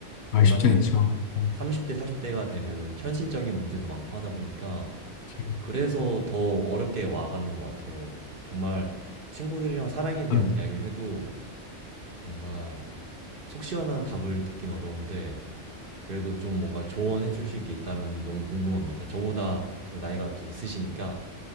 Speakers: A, on the left (about 65°); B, on the right (about 50°).
A: 말
B: 워낙에
A: 쉽지 않죠. <laughs> 그죠.
B: 30대, 40대가 되면은 현실적인 문제도 많고 하다 보니까
A: 지금.
B: 그래서 더 어렵게 와가는 것 같아요. 정말 친구들이랑 사랑에 대한
A: 아, 음.
B: 이야기를 해도 뭔가 속 시원한 답을 듣긴 어려운데 그래도 좀 뭔가 조언해 주실 게 있다면 너무 궁금합니다. 저보다 그래도 나이가 좀 있으시니까